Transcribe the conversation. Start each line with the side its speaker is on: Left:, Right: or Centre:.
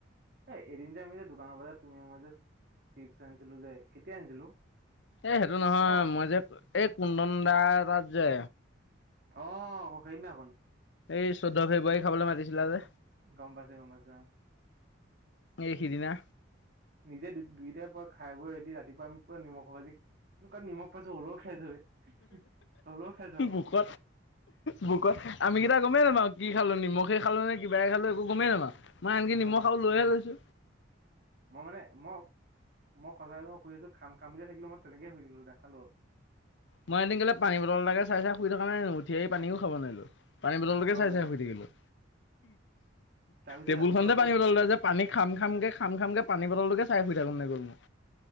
Right: এ এদিন যে আমি যে দোকানৰ পৰাজাত তুমি মই যে চিপছ আনিছিলো যে কেতিয়া আনিছিলো?
Left: এ সেইটো নহয়
Right: অ
Left: মই যে এই কুন্দন দা তাত যে
Right: অ সেইদিনাখন
Left: এই চৈধ্য ফেব্ৰুৱাৰী খাবলৈ মাতিছিলা যে
Right: গম পাইছোঁ গম পাইছো আহ।
Left: হাই সিদিনা।
Right: নিজে দু দুইটাৰ পৰা খাই বৈ ৰেডি ৰাতিপুৱা আমি পৰা নিমখ ভাজি এ কাৰাত নিমখ পাইছো হ'লেও খাই থয় হ'লেও খাই যাব।
Left: বুকত বুকত আমি কেইটা গম পাইছা ন। কি খালো নিমখে খালো নে কিবাই খালো একো গমেই নাপাও মই আনকি নিমখ
Right: হা
Left: আৰু লৈহে লৈছো।
Right: মই মানে মই মই সজাই মই শুই আছো খাম খাম বুলিয়ে থাকিলো মই তেনেকে শুই দিলো নেখালো।
Left: মই এদিন কেলে পানী বটল এটাকে চাই চাই শুই থকা নাই ন উঠি আহি পানিও খাব নোৱাৰিলো পানী বটলটে
Right: অ',
Left: চাই
Right: বে
Left: চাই থাকিলোঁ।
Right: তাৰপিছত
Left: টেবুল
Right: ৰাতিপুৱা
Left: খনতে যে
Right: পুৱা
Left: পানী বটলটো আছে পানী খাম খাম কে খাম খাম কে পানী বটললৈকে চাই শুই থাকো নে গ'ল মই।